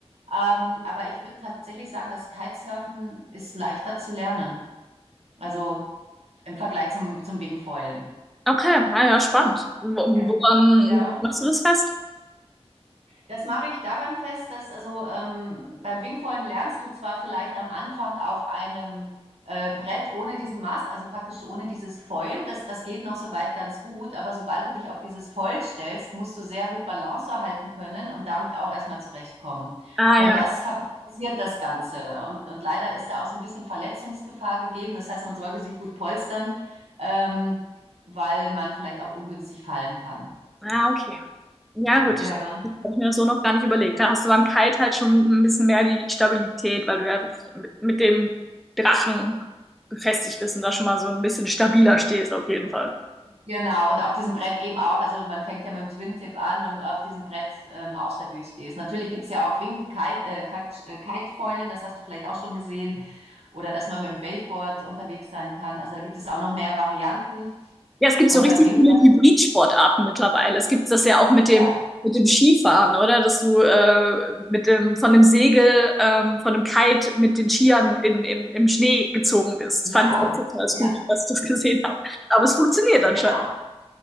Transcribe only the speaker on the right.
Ähm, aber ich würde tatsächlich sagen, das Kitesurfen ist leichter zu lernen. Also im Vergleich zum, zum Wingfoilen.
Ja.
Ja.
Das mache ich daran fest, dass also ähm, beim Wingfoilen lernst du zwar vielleicht am Anfang auf einem äh, Brett ohne diesen Mast, also praktisch ohne dieses Foil, das, das geht noch soweit ganz gut, aber sobald du dich auf dieses Foil stellst, musst du sehr gut Balance erhalten können und damit auch erstmal zurechtkommen.
Und
das verkompliziert das Ganze. Und, und leider ist da auch so ein bisschen Verletzungsgefahr gegeben. Das heißt, man sollte sich gut polstern, ähm, weil man vielleicht auch ungünstig fallen kann.
Ja.
Genau, und auf diesem Brett eben auch, also man fängt ja mit dem Twin-Tip an und auf diesem Brett ähm, auch stabil stehst. Natürlich gibt's ja auch Wing-Kite, äh, Quatsch, äh, Kite-Foilen, das hast du vielleicht auch schon gesehen. Oder dass man mit dem Waveboard unterwegs sein kann. Also da gibt es auch noch mehr Varianten.
Und
beim Wingfoil,
ja,
ja,
ja,
genau.